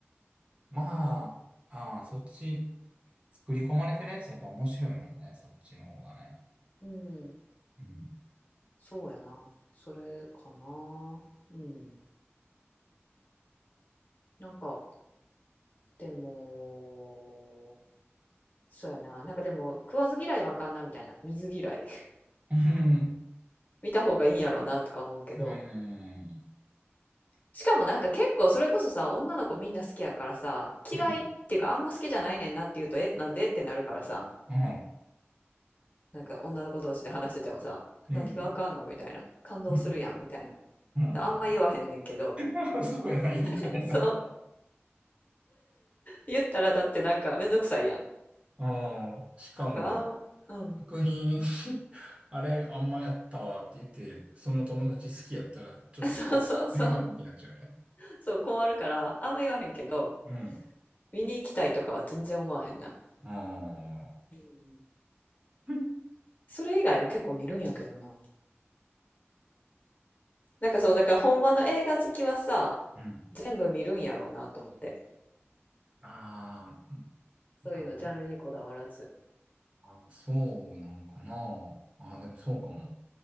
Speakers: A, on the right; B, on the left.
A: まあ、ああ、そっち、作り込まれてるやつやっぱ面白いもんね。そっちの方がね。
B: うん
A: うん。
B: そうやなそれかなうんなんかでも、そうやな。なんかでも、食わず嫌いはあかんな、みたいな。水嫌い <laughs>。
A: うん。
B: 見た方がいいんやろうな、とか思うけど。
A: うん。
B: しかもなんか結構それこそさ、女の子みんな好きやからさ、嫌いっていうかあんま好きじゃないねんなって言うと、
A: うん。うん。
B: え、なんでってなるからさ、
A: うん。
B: なんか女の子同士で話しててもさ、
A: うん。
B: 何があかんのみたいな。感動するやん、
A: う
B: みたいな。あんま言わへんねんけど
A: ん <laughs> そうやな、言いづらいな。
B: <laughs>、そう。言ったらだってなんかめんどくさいや
A: うん。しかも、
B: ん。だから、あんうん
A: 作品 <laughs> あれ、あんまやったわって言って、その友達好きやったら、
B: <laughs>。
A: ちょっと
B: そうそうそう。
A: 変な空気になっちゃうよね。
B: そう、困るから、あんま言わへんけど、
A: うん。うん。
B: 見に行きたいとかは全然思わへんな。
A: ああ。
B: うん
A: うん
B: それ以外は結構見るんやけどな。なんかそう、だからほんまの映画好きはさ、
A: うん。
B: 全部見るんやろうなと思って。
A: あー
B: そういうの、
A: あ
B: ジャンルにこだわらず。
A: あ、そうなんかな。ああでもそうかも。